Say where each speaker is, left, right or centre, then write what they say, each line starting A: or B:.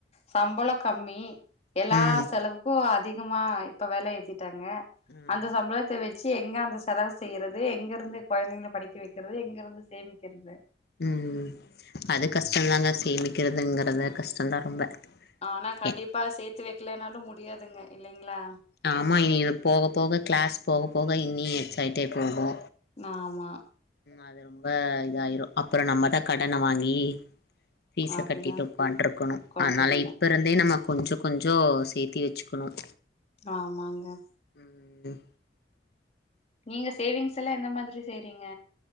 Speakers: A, on the left (about 35°); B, on the left (about 60°).
A: சம்பளம் கம்மி எல்லா
B: ம்.
A: செலவுக்கு அதி கமா இப்ப வேல எத்தி தாங்க
B: ம்.
A: அந்த சம்பளத்த வச் ச்சு எங்க அந்த செலவு செய்யறது எங்க இருந்து குழந்தைங்களை படிக்க வைக்கிறது எங்க இருந்து சேமிக்கிறது
B: உம் அது கஷ்டம்தாங்க சேமிக்கிறதுங்கறிறது கஷ்டம்தா ரொம்ப
A: ஆனா கண்டிப்பா
B: எ
A: சேத்து வைக்கில நாலு முடியாதுங்க இல்லைங்களா
B: ஆமா இனி போக போக கிளாஸ் போக போக இனி எக்ஸைட்டே போகு
A: ஆமா
B: அது ரொம்ப இதாயிரும் அப்புறம் நம்ம தான் கடனை வாங்கி பீசை
A: அதுதா
B: கட்டிட்டு உட்கார்ந்து இருக்கணும்
A: உக்காண்ட்ருக்கணு
B: அதனால இப்ப இருந்தே நம்ம கொஞ்ச கொஞ்ச சேர்த்தி வெச்சுக்கணும்
A: ஆமாங்க
B: ம் ம்
A: நீங்க சேவிங்ஸ் எல்லா எந்த மாதிரி செய்றீங்க